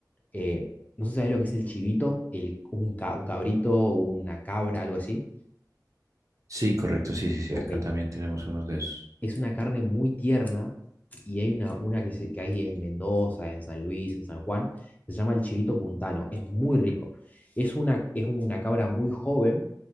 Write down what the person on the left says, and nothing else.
Eh, no sé si sabes lo que es el chivito, el, un, ca- un cabrito, una cabra, algo así.
Ok,
es una carne muy tierna y hay una, una que, se- que hay en Mendoza, en San Luis, en San Juan, que se llama el chivito puntano. Es muy rico. Es una, es una cabra muy joven